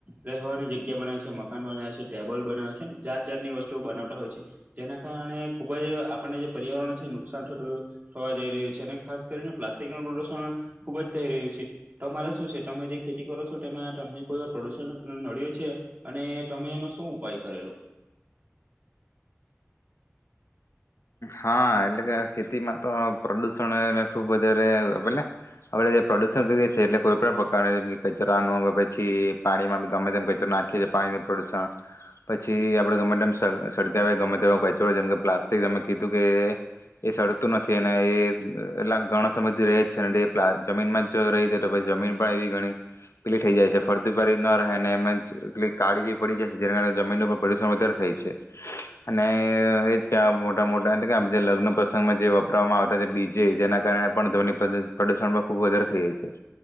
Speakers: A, on the right (about 40°); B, on the left (about 75°).
A: રહેવાની જગ્યા બનાવે છે, મકાન બનાવે છે, ટેબલ બનાવે છે, એમ જાત જાતની વસ્તુઓ બનાવતા હોય છે. જેના કારણે ખુબ જ આપણને જે પર્યાવરણ છે નુકસાન થતું થવા જઈ રહ્યું છે અને ખાસ કરીને પ્લાસ્ટિકનો પ્રદુષણ ખુબ જ થઈ રહ્યું છે. તમારે શું છે તમે જે ખેતી કરો છો તેમાં તમને કોઈ પ્રદુષણ નડ્યું છે અને તમે એનો શું ઉપાય કરેલો?
B: હા એટલે કે ખેતીમાં તો પ્રદુષણએ ખુબ વધારે ભલે આપણે જે પ્રદુષણ કરીએ છીએ એટલે કોઈ પણ પ્રકારે કચરા નો કે પછી પાણીમાં ભી ગમે તેમ કચરો નાખી છીએ પાણીનું પ્રદુષણ, પછી આપણે ગમે તેમ સળ સળગાવે ગમે તેવો કચરો જેમ કે પ્લાસ્ટિક કીધું કે એ સળગતું નથી અને એ એટલા ઘણા સમયથી રહે જ છે, એ પ્લા જમીનમાં જ રહી જતો તો પછી જમીન પણ એવી ઘણી પેલી થઈ જાય છે ફળદ્રુપ વળી ન રહેને એમાં જ અ પેલી કાળી જેવી પડી જાય છે, જેના કારણે જમીન ઉપર પ્રદુષણ વધારે થાય છે અને એ મોટા મોટા એટલે કે આમ જે લગ્ન પ્રસંગમાં જે વાપરવામાં આવતા જે ડીજે જે જેના કારણે પણ ધ્વની પ્રદૂષણ પ્રદૂષણ પણ ખુબ વધારે થઈ જાય છે.